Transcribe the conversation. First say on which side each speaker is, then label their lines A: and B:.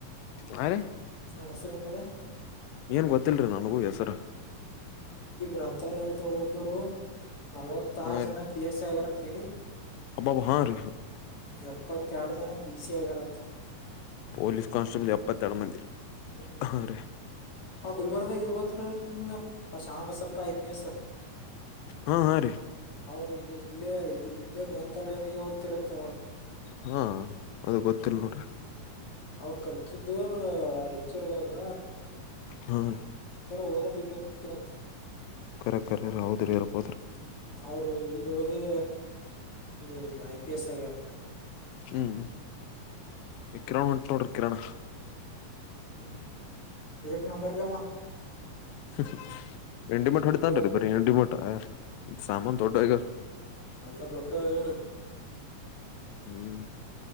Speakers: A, on the left; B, on the left.
A: ಹಾ ರೀ
B: ಅವ್ನ ಹೆಸುರು ಏನಂದ ರಿ.
A: ಏನ್ ಗೊತ್ತಿಲ್ರಿ ನನಗೂ ಹೆಸರ.
B: ಈ ಗ್ರಂಥಾಲಯದ ಓದೋರು ನಲ್ವತಾರ
A: ಹಾ
B: ಜನ
A: ರೀ
B: ಪಿ ಎಸ್ ಐ ಆಗ್ಯರಂತ್ರಿ.
A: ಅಬ್ಬಾಬ ಹಾ ರೀ
B: ಎಪ್ಪತ್ತ ಎರಡು ಜನ ಪಿ ಸಿ ಆಗ್ಯರಂತ.
A: ಪೋಲಿಸ್ ಕಾಸ್ಟೇಬಲ್ ಎಪ್ಪತ್ತ ಎರಡ್ ಮಂದಿ.
B: ಹ್ಮ
A: ಹಾ ರೀ
B: ಹೌ ಗುಲ್ಬರ್ದ ಇವರ್ ಗೋತ್ರ ಅಲ್ರಿ ನಿಮ್ಗ ಆ ಶಾಣ ಬಸಪ್ಪ ಐ ಪಿ ಎಸ್.
A: ಹಾ ಹಾ ರೀ.
B: ಅವ್ರ ಇದೆ ಇಲ್ಲೇ ಇದೆ ಇಲ್ಲೇ ಗ್ರಂಥಾಲಯದಾಗೆ ಓದ್ತಿರತ್ತ ಅವಾಗ್.
A: ಹಾ ಅದು ಗೊತ್ತಿಲ್ಲ ನೋಡ್ರಿ.
B: ಅವ್ರ ಕಲ್ತಿದ್ದು ರಾಯಚೂರ್ದಾಗ.
A: ಹ ರಿ
B: ಜರ ಓದೋದ ಇಲ್ ಒತಿರಂತ್.
A: ಕರೆ ಕರೆ ರೀ ಹೌದ್ರಿ ಇರ್ಬೋದ್ರಿ
B: ಹ್ಮ್ ಅವ್ರು ಎಲ್ ಒದೆ. ಈ ಐ ಪಿ ಎಸ್ ಆಗ್ಯರ.
A: ಹ್ಮ್ ಇ ಕಿರಣ್ ಹೊಂಟ್ ನೋಡ್ರಿ ಕಿರಣ.
B: ಹ್ಮ್ ಏಕ್ ನಂಬರಿ ಅಂವಾ.
A: ಹ್ ಹ್ ಎಂಡಿ ಮೀಟರ್ ಹೊಡಿತಾನ್ರಿ
B: ಆಗ್ಯಾವ
A: ಬರೆ ಎಂಡಿ ಮೀಟರ ಸಾಮಾನ್ ದೊಡ್ಡು ಆಗ್ಯವ.
B: ಎಲ್ಲಾ ದೊಡ್ಡು ಆಗ್ಯವ ರಿ.
A: ಹ್ಮ್.